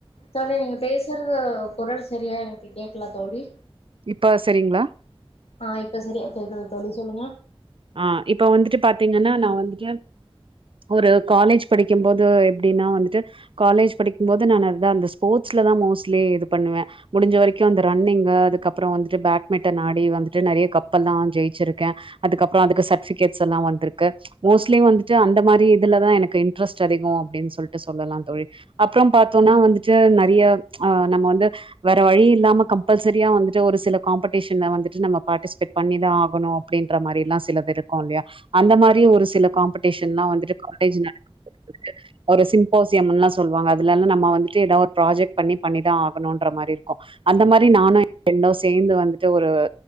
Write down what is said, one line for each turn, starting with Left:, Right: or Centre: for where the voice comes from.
Left: தோழி நீங்க பேசுறது குரல் சரியா எனக்கு கேக்கல தோழி
Right: இப்ப சரிங்களா
Left: ஆ இப்ப சரியா கேக்குது தோழி சொல்லுங்க
Right: ஆ இப்ப வந்துட்டு பாத்தீங்கன்னா நா வந்துட்டு ஒரு காலேஜ் படிக்கும் போது எப்டின்னா வந்துட்டு காலேஜ் படிக்கும் போது நா அதான் அந்த ஸ்போர்டஸ்லதா மோஸ்ட்லி இது பண்ணுவே முடிஞ்ச வரைக்கு அந்த ரன்னிங்கு அதுக்கப்புரோ வந்துட்டு பேட்மிண்டன் ஆடி வந்துட்டு நெறைய கப்பெல்லா ஜெயிச்சிருக்கே அதுக்கப்புரோ அதுக்கு சர்டிபிகேட்ஸ் எல்லா வந்துருக்கு மோஸ்ட்லி வந்துட்டு அந் இந்த மாதிரி இதுல தா எனக்கு இன்ட்ரெஸ்ட் அதிகோ அப்டின் சொல்லிட்டு சொல்லலா தோழி அப்புறம் பாத்தோம்னா வந்துட்டு நெறைய ஆ நம்ம வந்து வேற வழி இல்லாம கம்பல்சரியா வந்துட்டு ஒரு சில காம்படிஷன்ல வந்துட்டு நம்ம பார்ட்டிசிபேட் பண்ணிதா ஆகணும் அப்டின்ற மாரில்லா சிலது இருக்கு இல்லையா அந்த மாரி ஒரு சில காம்படிஷ் எல்லா வந்துட்டு காலேஜ் <unintelligible> ஒரு சிம்போசியமுனு சொல்லுவாங்க அதுல நம்ம வந்துட்டு ஏதாவ ஒரு ப்ராஜெக்ட் பண்ணி பண்ணிதா ஆகணும்ன்ற மாரி இருக்கு அந்த மாரி நானு எ ஃபிரண்டு சேந்து வந்துட்டு ஒரு